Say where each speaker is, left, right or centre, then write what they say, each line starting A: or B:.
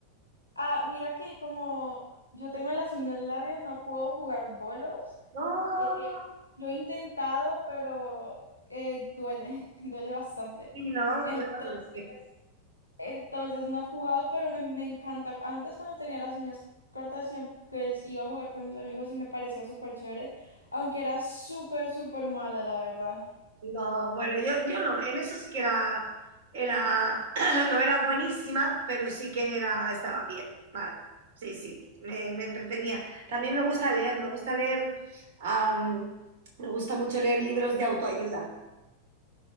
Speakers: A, on the right (about 90°); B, on the right (about 55°).
A: Ah, mira que como yo tengo las uñas largas, no puedo jugar bolos.
B: No,
A: Eh, lo he intentado, pero eh, duele, <laughs> duele bastante.
B: sí, no,
A: Entonces,
B: claro,
A: entonces no he jugado, pero me, me encanta. Antes cuando tenía las uñas cortas, siempre pues, iba a jugar con mis amigos y me parecía súper chévere, aunque era súper, súper mala, la verdad.
B: No, bueno, yo, yo no, en eso sí que era, era, <clears throat> no era buenísima, pero sí que era, estaba bien, vale, sí, sí, me, me entretenía. También me gusta leer, me gusta leer, am, me gusta mucho leer libros de autoayuda.